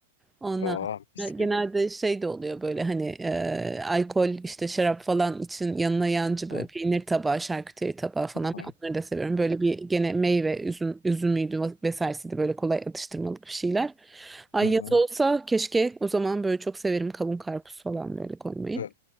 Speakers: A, in the centre; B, on the left.
A: Ondan
B: Oo, mis
A: sonra genelde
B: gibi.
A: şey de oluyor böyle hani e, alkol işte şarap falan için yanına yancı
B: Hı
A: böyle peynir tabağı, şarküteri tabağı falan
B: hı
A: ben onları da seviyorum. Böyle bir gene meyve, üzüm, üzümüydü vesairesiydi böyle kolay atıştırmalık bir şeyler. Ay
B: hı hı.
A: yaz olsa keşke o zaman böyle çok severim kavun karpuz falan böyle koymayı.
B: Bö-